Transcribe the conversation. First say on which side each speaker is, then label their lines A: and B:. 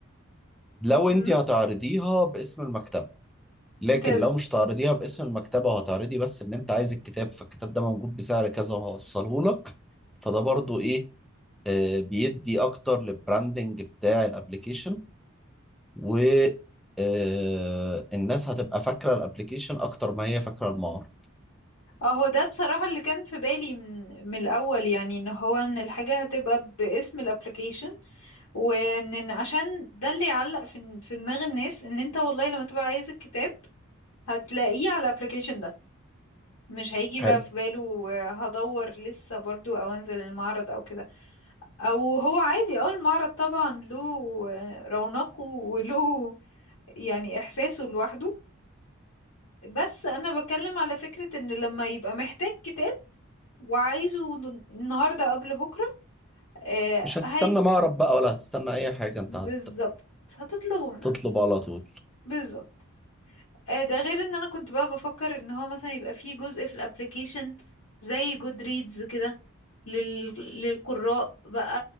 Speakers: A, in the centre; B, on the left.
A: لو انت
B: امم
A: هتعرضيها باسم المكتبة لكن
B: انت
A: لو مش هتعرضيها باسم المكتبة وهتعرضي بس ان انت عايز الكتاب فالكتاب ده موجود بسعر كذا وهوصله لك فده برضو ايه آه بيدي اكتر للبراندنج بتاع الابليكيشن و آه الناس هتبقى فاكرة الابليكيشن اكتر ما هي فاكرة المعرض
B: اهو ده بصراحة اللي كان في بالي من, من الاول يعني ان هو ان الحاجة هتبقى باسم الابليكيشن وان إن عشان ده اللي يعلق في في دماغ الناس ان انت والله لما تبقى عايز الكتاب هتلاقيه على الابليكيشن ده مش هيجي بقى
A: حلو
B: في باله آه، هدور لسه برضو او انزل المعرض او كده او هو عادي اه المعرض طبعا له آه، رونقه وله يعني إحساسه لوحده بس أنا بتكلم على فكرة إن لما يبقى محتاج كتاب وعايزه ن- النهاردة قبل بكرة آه
A: مش هتستنى
B: هي
A: معرض بقى ولا هتستنى اي حاجة انت
B: بالظبط هتطلبه من عنده
A: هتطلب على طول
B: بالظبط آه ده غير إن أنا كنت بقى بفكر إن هو مثلا يبقى فيه جزء في الابليكيشن زي جود ريدز كده لل... للقراء بقى